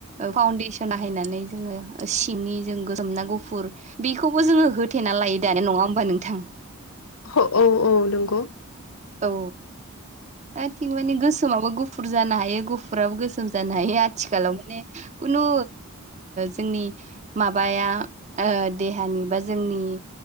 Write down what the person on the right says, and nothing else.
ओ फाउन्डेसन हायनानै जोङो सिंनि जों गोसोमना गुफुर बेखौबो जोङो हो थेना लायो दानो नङा होमबा नोंथां?
औ दा थिग माने गोसोमाबो गुफुर जानो हायो गुफु फुराबो गोसोम जानो हायो आथिखालाव माने खुनु जोंनि माबाया ओ देहानि बा जोंनि